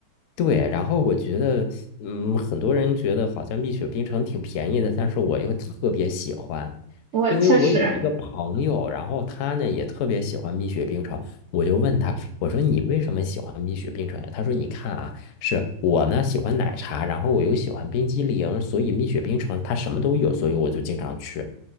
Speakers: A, on the left; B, on the right.
A: 对，然后我觉得，嗯，很多人觉得好像蜜雪冰城挺便宜的，但是我又特别喜欢，
B: 我确实，
A: 因为我有一个朋友，然后他呢也特别喜欢蜜雪冰城，我就问他，我说你为什么喜欢蜜雪冰城呀？他说你看啊，是我呢喜欢奶茶，然后我又喜欢冰激凌，所以蜜雪冰城它什么都有，所以我就经常去。